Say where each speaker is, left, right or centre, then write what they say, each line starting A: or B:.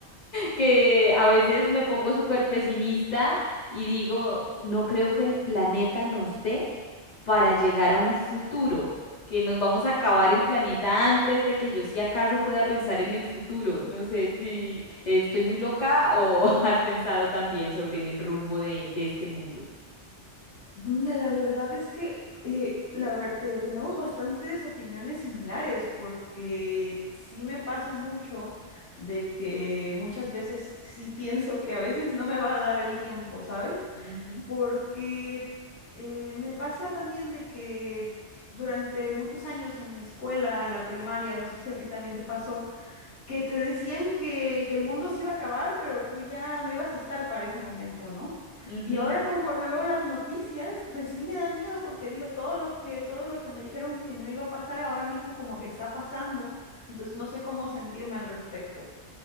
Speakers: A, on the left; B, on the left.
A: que a veces me pongo súper pesimista y digo, no creo que el planeta nos dé para llegar a un futuro, que nos vamos a acabar el planeta antes de que yo si acaso pueda pensar en el futuro. No sé si estoy muy loca o <laughs> has pensado también sobre en el rumbo de, de este mundo.
B: Mira, la verdad es que eh, la ver- te- tenemos bastantes opiniones similares porque sí me pasa mucho de que muchas veces sí pienso que a veces no me va a dar el tiempo, ¿sabes?
A: Ujú,
B: porque eh, me pasa también de que durante muchos años en mi escuela, en la primaria, no sé si a ti también te pasó, que te decían que, que el mundo se iba a acabar, pero tú ya no ibas a estar para ese momento, ¿no?
A: ujú,
B: Y ahora conforme veo las noticias, pues sí me da miedo porque digo todo lo que todo lo que me dijeron que no iba a pasar ahora mismo como que está pasando, entonces no sé cómo sentirme al respecto.